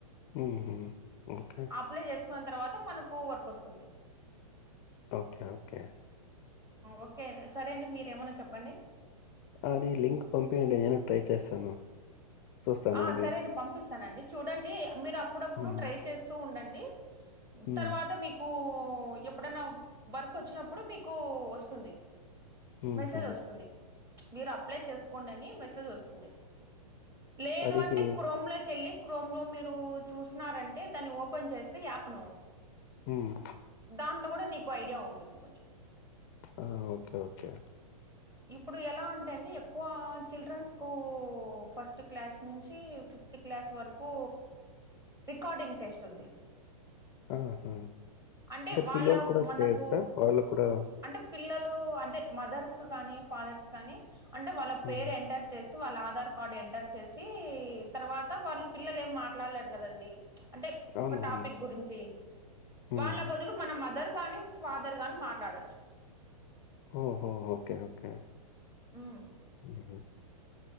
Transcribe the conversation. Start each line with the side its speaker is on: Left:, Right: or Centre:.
Left: హుహు. ఓకే.
Right: అప్లై చేసుకున్న తర్వాత మనకు వర్క్ వస్తుంది
Left: ఓకే ఓకే
Right: ఓకే సరే అండి మీరు ఏమన్నా చెప్పండి
Left: అది లింక్ పంపియండి నేను ట్రై చేస్తాను చూస్తాను
Right: ఆ
Left: అది.
Right: సరే అండి పంపిస్తానండి చూడండి మీరు అప్పుడప్పుడు
Left: హ్మ్.
Right: ట్రై చేస్తూ ఉండండి
Left: హ్మ్.
Right: తరువాత మీకు ఎప్పుడన్నా వర్క్ వచ్చినప్పుడు మీకు వస్తుంది
Left: హుహు.
Right: మెసేజ్ వస్తుంది మీరు అప్లై చేసుకోండి అని మెసేజ్ వస్తుంది లేదు
Left: అది
Right: అంటే
Left: కి
Right: క్రోమ్ లోకి వెళ్ళి క్రోమ్ లో మీరు చూసినారంటే దాన్ని ఓపెన్ చేస్తే యాప్ ను
Left: ఉమ్
Right: దాంట్లో కూడా నీకు ఐడియా ఉంటుంది కొంచెం
Left: ఆ ఓకే ఓకే
Right: ఇప్పుడు ఎలా అంటే అండి ఎక్కువ చిల్డ్రన్స్ కు ఫస్ట్ క్లాస్ నుంచి ఫిఫ్త్ క్లాస్ వరకు రికార్డింగ్ టెస్ట్ ఉంది
Left: ఆహా!
Right: అంటే వాళ్ళ
Left: పిల్లలు కూడా
Right: మనకు
Left: చేయొచ్చా? వాళ్ళు కూడా
Right: అంటే పిల్లలు అంటే మదర్స్ కానీ ఫాదర్స్ కానీ అంటే వాళ్ళ
Left: హ్మ్.
Right: పేరు ఎంటర్ చేస్త వాళ్ళ ఆధార్ కార్డు ఎంటర్ చేసి తర్వాత వాళ్ళు పిల్లలు ఏం మాట్లాడలేడు కదండి అంటే
Left: అవునవును.
Right: ఒక టాపిక్ గురించి
Left: హ్మ్.
Right: వాళ్ళ బదులు మన మదర్ గాని ఫాదర్ గాని మాట్లాడొచ్చు
Left: ఓహో ఓకే ఓకే
Right: ఉమ్
Left: హ్మ్.